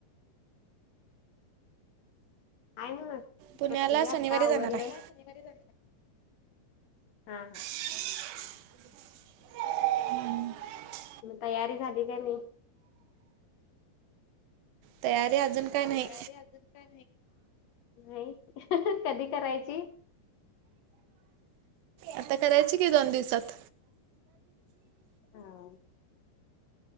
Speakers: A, on the left; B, on the right.
A: आय न
B: पुण्याला
A: बसले
B: शनिवारी
A: आता आवरलं.
B: जाणार आहे.
A: पुण्याला शनिवारी जाणार. हा हा
B: <unintelligible>
A: म तयारी झाली का नई
B: तयारी अजून काय नाही.
A: तयारी अजून काय नाही, नाही कधी करायची?
B: आता करायची कि दोन दिवसात.
A: हा मग